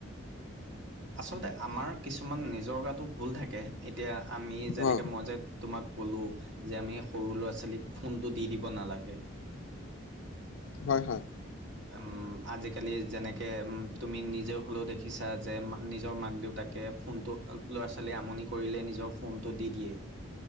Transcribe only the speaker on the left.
হয়
হয়, হয়।